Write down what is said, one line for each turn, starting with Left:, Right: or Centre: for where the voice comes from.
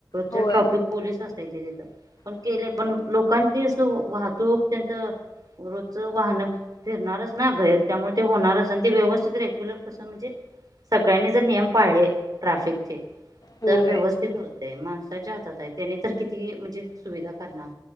Left: होय
Right: ट्राफिक पोलीस अस.. पण
Left: हम्म
Right: केलं पण लोकांची असं वाहतूक त्यांच रोच वाहन <unintelligible> फिरणारच ना भरर त्यामुळे ते होणारच आणि ते व्यवस्थित रेग्युलर कसं म्हणजे सगळ्यांनी जर नियम पाळले ट्रफिकचे
Left: होय
Right: तर व्यवस्थित होतेय माणस. हातात आहे त्याने तर किती म्हणजे सुविधा करणार